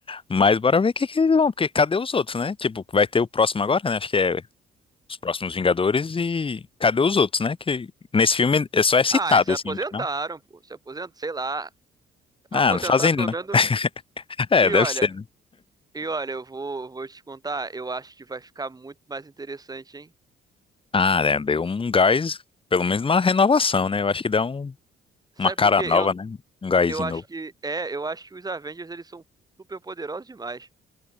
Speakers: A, on the left (about 25°); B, on the right (about 20°).
A: Mas bora ver o que, que eles vão, porque cadê os outros, né? Tipo, vai ter o próximo agora, né? Acho que é os próximos Vingadores e cadê os outros, né? Que nesse filme é só é citado,
B: Ah, e se aposentaram,
A: assim, mas não.
B: pô, se aposentaram, sei lá, aposentaram
A: Ah, não fazem.
B: pelo
A: nada.
B: menos.
A: <laughs>
B: no-
A: É,
B: E
A: deve
B: olha,
A: ser. né?
B: E olha, eu vou, vou te contar, eu acho que vai ficar muito mais interessante, hein?
A: Ah, né? Deu um gás, pelo menos uma renovação, né? Eu acho que dá um
B: Sabe
A: Uma cara
B: por quê?
A: nova,
B: Eu,
A: né? Um gásinho
B: eu acho
A: novo.
B: que, é, eu acho que os Avengers, eles são super poderosos demais.